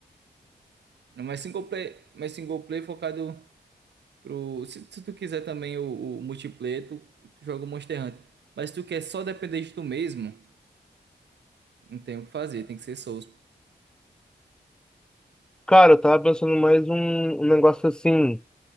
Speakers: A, on the right; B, in the centre.
A: Não, Mas single player, mas single player focado pro. Se, se tu quiser também o, o multiplayer, tu, tu joga o Monster Hunter. Mas se tu quer só depender de tu mesmo, não tem o que fazer, tem que ser Souls.
B: Cara, eu tava pensando mais um, um negócio assim.